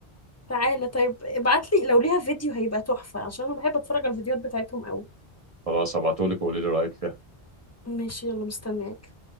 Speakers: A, on the left; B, on the right.
A: تعالى طيب ابعتلي لو ليها فيديو هيبقى تحفة عشان انا بحب اتفرج على الفيديوهات بتاعتهم قوي
B: خلاص ابعتهولك وقولي لي رايك فيها
A: ماشي يلا مستنياك